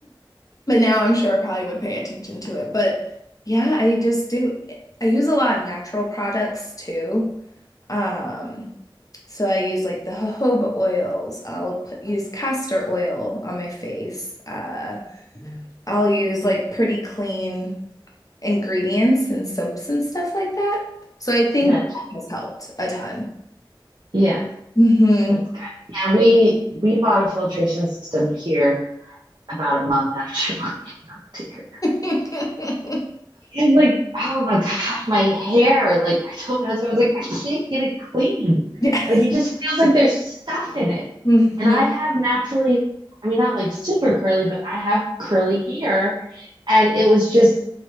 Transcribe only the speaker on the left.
but now I'm sure I probably would pay attention to it. But yeah, I just do I use a lot of natural products too. Um, so I use like the jojoba oils. I'll put, use castor oil on my face. Uh, I'll use like pretty clean ingredients and soaps and stuff like that. So I think
that has helped a ton.
hmm
<laughs>
Yes.
hmm